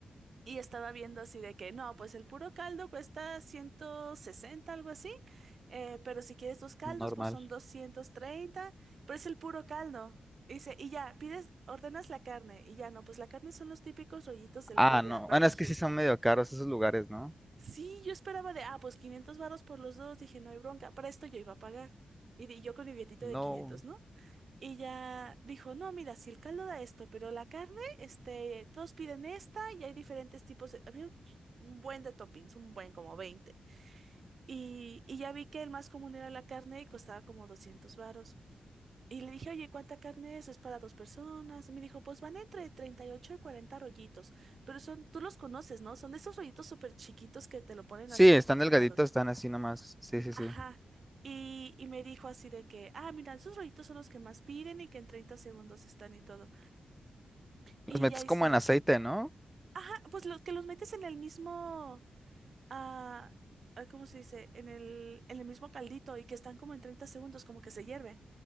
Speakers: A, on the right; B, in the centre.
A: Y estaba viendo así de que, no, pues el puro caldo cuesta 160 algo así, eh, pero si quieres dos caldos,
B: normal.
A: pues son doscientos treinta pero es el puro caldo. Dice, y ya, pides, ordenas la carne, y ya, no, pues la carne son los típicos rollitos del
B: Ah,
A: Korean
B: no.
A: barbecues,
B: Bueno, es que sí son
A: ¿no?
B: medio caros esos lugares, ¿no?
A: Sí, yo esperaba de, ah, pues 500 varos por los dos, dije, no hay bronca, para esto yo iba a pagar. Y di- yo con mi billetito
B: No.
A: de quinientos ¿no? Y ya dijo, no, mira, si el caldo da esto, pero la carne, este, todos piden esta y hay diferentes tipos de... Había un ch- un buen de toppings, un buen como veinte Y, y ya vi que el más común era la carne y costaba como 200 varos. Y le dije, oye, ¿cuánta carne es? Es para dos personas. Y me dijo, pues van entre treinta y ocho y cuarenta rollitos. Pero son, tú los conoces, ¿no? Son de esos rollitos súper chiquitos que te lo ponen
B: Sí,
A: así
B: están
A: como empinados.
B: delgaditos, están así nomás. Sí, sí,
A: Ajá.
B: sí.
A: Y, y me dijo así de que, ah, mira, esos rollitos son los que más piden y que en 30 segundos están y todo. Y
B: Los metes
A: ya hice,
B: como en aceite, ¿no?
A: ajá, pues los que los metes en el mismo, ah, ah, ¿cómo se dice? En el, en el mismo caldito y que están como en 30 segundos, como que se hierve.